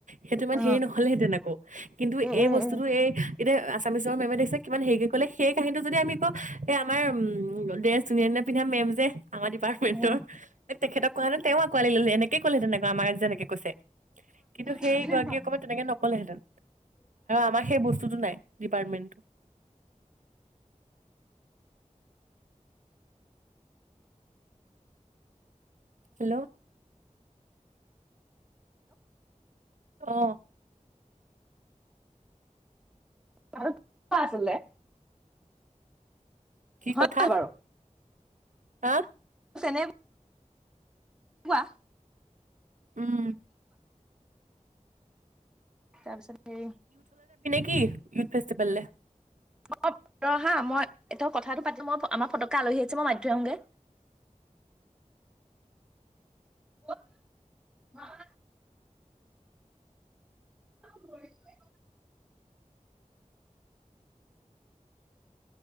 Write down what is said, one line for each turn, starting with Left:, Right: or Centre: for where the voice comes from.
Right: সেইটো ইমান
Centre: অ
Right: হেৰি নহলহেঁতেন আকৌ, কিন্তু।
Centre: উম
Right: এই
Centre: উম
Right: বস্তুতটো
Centre: উম
Right: এই এতিয়া আছামিছৰ মেমে দেখিছে কিমান হেৰি। ক'লে সেই কাহিনীটো যদি আমি কও এই আমাৰ উম দেচ ধুনীয়া ধুনীয়া পিন্ধা মেম যে? আমাৰ ডিপাৰ্টমেণ্টৰ
Centre: উম
Right: তেখেতক কোৱাহেঁতেন তেওঁ আঁকোৱালি ললে এনেকে ক'লেহেঁতেনক আমাৰ আ যেনেকে কৈছে। কিন্তু সেই
Centre: উম
Right: গৰাকীয়ে অকণমান তেনেকে নকলেহেঁতেন। আমাৰ সেই বস্তুতো নাইটো, ডিপাৰ্টমেণ্ট হেল্ল' আহ
Centre: অহ আৰু কিবাআছিলে।
Right: কি
Centre: হয়
Right: কথা?
Centre: বাৰু
Right: আহ?
Centre: নে। কোৱা?
Right: উম।
Centre: তাৰপিছত সৰি।
Right: কি ই ফেষ্টিেল?
Centre: ম ৰ হা? মই। এটা কথাটো পাতি মই আমাৰ পতকে। কলহী আছে মই আহোগে। <unintelligible> <unintelligible> কাম কৰিছে?